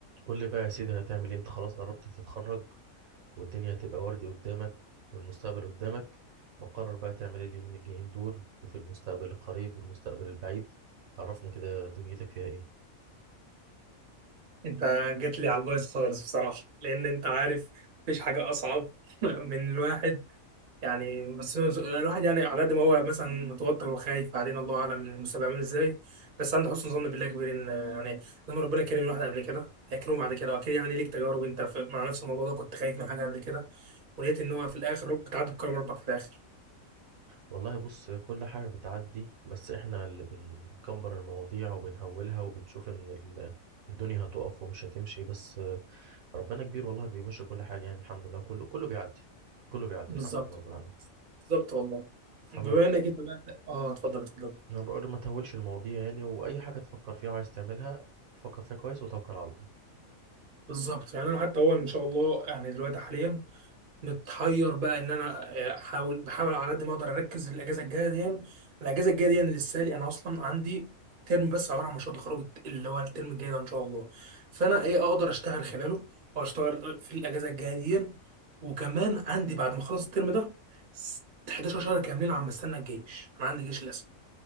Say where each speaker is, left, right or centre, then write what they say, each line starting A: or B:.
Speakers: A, on the right; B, on the right.
A: قول لي بقى يا سيدي هتعمل ايه انت خلاص قربت تتخرج والدنيا هتبقى وردي قدامك والمستقبل قدامك مقرر بقى تعمل ايه اليومين الجايين دول وفي المستقبل القريب والمستقبل البعيد عرفني كده دنيتك فيها ايه
B: انت جيت لي على البايظ خالص بصراحه لان انت عارف مفيش حاجه اصعب <laughs> من الواحد يعني بس هو- الواحد يعني على قد ما هو مثلا متوتر وخايف بعدين الله اعلم المستقبل عامل ازاي بس عنده حسن ظن بالله كبير ان يعني لما ربنا كرم الواحد قبل كده هيكرمه بعد كده واكيد يعني ليك تجارب انت في- مع نفس الموضوع ده كنت خايف من حاجه قبل كده ولقيت ان هو في الاخر رب بتعدي بكرم ربك في الاخر
A: والله بص كل حاجة بتعدي بس احنا اللي بنكبر المواضيع وبنهولها وبنشوف ان ال- الدنيا هتقف ومش هتمشي بس ربنا كبير والله بيمشي كل حاجة يعني الحمد لله كله كله بيعدي كله بيعدي
B: بالظبط
A: الحمد لله رب العالمين
B: بالظبط والله
A: فما
B: بما انك انت بقى اه اتفضل اتفضل
A: انا بقول ما تهولش المواضيع يعني واي حاجه تفكر فيها وعايز تعملها فكر فيها كويس وتوكل على الله
B: بالظبط يعني انا حتى هو ان شاء الله يعني دلوقتي حاليا متحير بقى ان انا آه، احاول بحاول على قد ما اقدر اركز الاجازه الجايه دي الاجازه الجايه دي لسه لي انا اصلا عندي ترم بس عباره عن مشروع تخرج اللي هو الترم الجاي ده ان شاء الله فانا ايه اقدر اشتغل خلاله او اشتغل في الاجازه الجايه دي وكمان عندي بعد ما اخلص الترم ده س- 11 شهر كاملين عم بستنى الجيش انا عندي جيش للاسف